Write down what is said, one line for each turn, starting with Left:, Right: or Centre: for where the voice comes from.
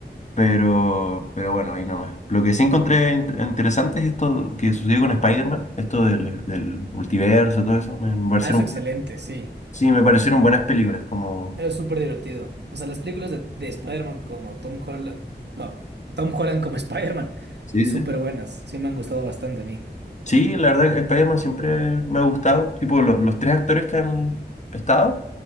Left: pero, pero bueno, ahí nomás. Lo que sí encontré in- interesante es esto que sucedió con Spider-Man, esto del, del multiverso, todo eso, me parecieron,
Right: Ah, es excelente, sí.
Left: sí, me parecieron buenas películas, como...
Right: Es súper divertido. O sea, las películas de, de Spider-Man como Tom Holland. No, Tom Holland como <laughs> Spider-Man.
Left: Sí,
Right: Súper
Left: sí.
Right: buenas. Sí, me han gustado bastante a mí.
Left: Sí, la verdad, Spider-Man siempre me ha gustado. Tipo, lo- los tres actores que han estado,